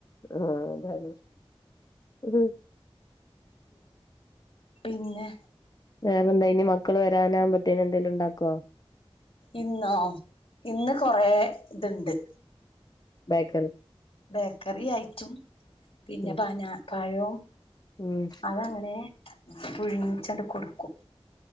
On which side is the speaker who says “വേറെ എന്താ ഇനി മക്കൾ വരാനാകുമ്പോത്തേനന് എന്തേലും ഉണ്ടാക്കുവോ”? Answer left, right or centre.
Left